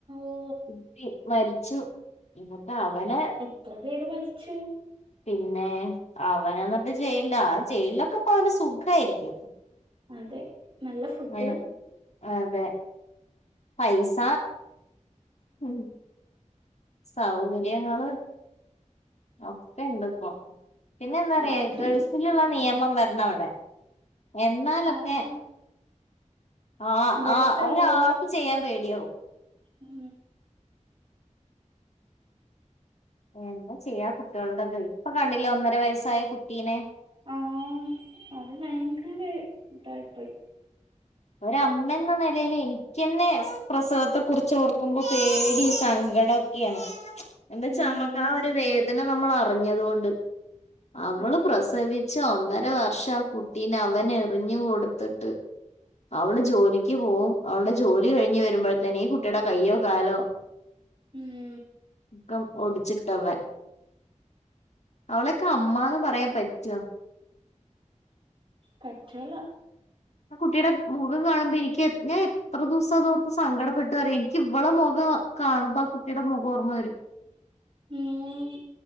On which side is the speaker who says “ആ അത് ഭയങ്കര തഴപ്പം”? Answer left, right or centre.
Right